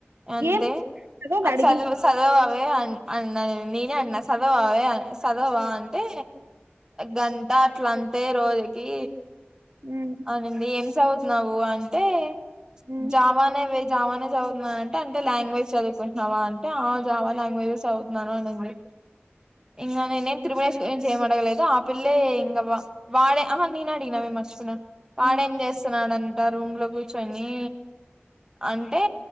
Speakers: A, on the right; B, on the right.
A: అంతే
B: ఏం కదా అని
A: అది
B: అడిగిన
A: చదువు చదువవే అనీ అన్నా నేనే అన్నా చదవావే చదవా అంటే గంటా అట్ల అంతే రోజుకి
B: ఉమ్
A: అనంది ఏం చదువుతున్నావు అంటే
B: ఉమ్
A: జావానేవే జావానే చదువుతు అంటే అంటే లాంగ్వజ్ చదువుంటున్నావా అంటే ఆ జావా లాంగ్వేజ్ చదువు తున్నాను అనింది ఇంకా న నేను తిరుమణేశ్వరి చేయ అడగలేదు ఆ పిల్లే ఇం వాడే ఆ నేను అడిగిన మే మార్చ్ న్నా వాడేం
B: ఉమ్
A: చేస్తున్నాడంట రూమ్ లో కూర్చొని అంటే